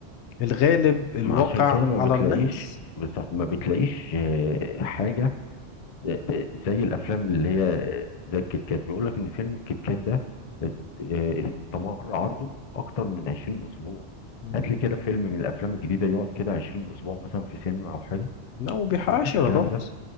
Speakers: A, on the left; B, on the left.
A: الغالب الواقع
B: ما عشان كده ما
A: على
B: بتلاقيش
A: الناس
B: بالظبط ما بتلاقيش آه، حاجة آه، آه، زي الأفلام اللي هي آه، زي الكيت كات بيقول لك إن فيلم الكيت كات ده آه، آه، استمر عرضه أكتر من 20 أسبوع
A: مم.
B: هات لي كده فيلم من الأفلام الجديدة يقعد كده 20 أسبوع مثلا في سينما أو حاجة
A: لا وما بيحققش
B: مفيش
A: ايرادات
B: الكلام ده